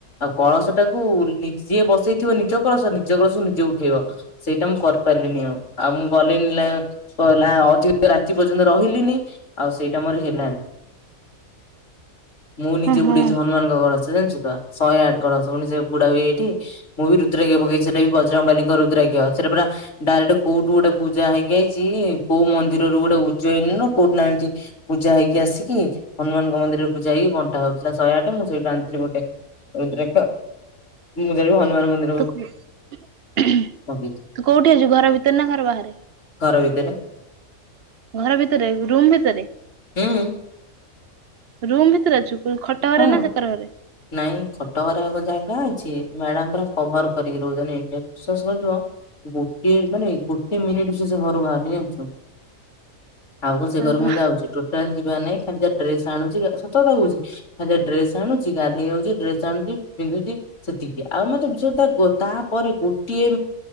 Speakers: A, on the left (about 60°); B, on the right (about 50°).
A: ଆଉ କଳସ ଟାକୁ ନିଜେ ବସେଇଥିବ ନିଜ କଳସ ନିଜ କଳସକୁ ନିଜେ ଉଠେଇବ। ସେଇଟା ମୁଁ କରିପାରିଲିନି ଆଉ। ଆଉ ମୁଁ ଗଲିଣିି <unintelligible> <unintelligible> ରାତି ପର୍ଯ୍ୟନ୍ତ ରହିଲିନି ଆଉ ସେଇଟା ମୋର ହେଲାନି। ମୁଁ ନିଜେ
B: ହଁ ହଁ
A: ବୁଢେଇଛି ହନୁମାନଙ୍କ କଳସ ଜାଣିଛୁତ। ଶହେ ଆଠ କଳସ ପୁଣି ସେ ବୁଡା ହୁଏ ଏଇଠି। ମୁଁ ବି ରୁଦ୍ରାକ୍ଷ ପକେଇଛି ସେଟା ବି ବଜରଙ୍ଗବାଲିଙ୍କ ରୁଦାକ୍ଷ ସେଟା ପୁରା ଡାଇରେକ୍ଟ କୋଉଠୁ ଗୋଟେ ପୂଜା ହେଇକି ଆଇଛି କୋଉ ମନ୍ଦିର ଗୋଟେ ଉଜୟନ ନା କୋଉଠି ଏମିତି ପୂଜା ହେଇକି ଆସିକି ହନୁମାନ ମନ୍ଦିରରେ ପୁଜା ହେଇକି ବଣ୍ଟା ହେଉଥିଲା ଶହେ ଆଠ ମୁଁ ସେଇଠୁ ଆଣିଥିଲି ଗୋଟେ। ରୁଦ୍ରାକ୍ଷ। ମୁ ଯାଇ ହନୁମାନ ମନ୍ଦିରକୁ
B: ତୁ ତୁ
A: ପକେଇଛି
B: କୋଉଠି ଅଛୁ ଘର ଭିତରେ ନା ଘର ବାହାରେ?
A: ଘର ଭିତରେ।
B: ଘର ଭିତରେ ରୁମ୍ ଭିତରେ?
A: ହୁଁ!
B: ରୁମ୍ ଭିତରେ ଅଛୁକି। ଖଟ ଘରେ
A: ହଁ।
B: ନା ସେକର ଘରେ?
A: ନାଇଁ ଖଟରେ ଆଉ କଣ ଜାଗା ଅଛି ମ୍ୟାଡାମ ପୁରା କଭର କରିକି ରହୁଛନ୍ତି। <unintelligible> ଇଏ ମାନେ ଗୋଟେ ମାନେ ଗୋଟେ ମିନିଟ ସେ ସେଘରୁ ବାହାରନି ଜାଣିଛ। ଆଉ କଣ ସେ
B: ହଁ
A: ଘରକୁ
B: ହଁ
A: ମୁଁ ଯାଉଛି ଟୋଟାଲି ଯିବାର ନାହିଁ ଖାଲି ଯାହା ଡ୍ରେସ ଆଣୁଛି ସତ କଥା କହୁଛି ଖା୍ଲି ଯାହା ଡ୍ରେସ ଆଣୁଛି ଗାଧେଇ ଯାଉଛି ଡ୍ରେସ ଆଣୁଛି ପିନ୍ଧୁଛି ସେତିକି ଆଉ ମତେ ତାପରେ ଗୋଟିଏ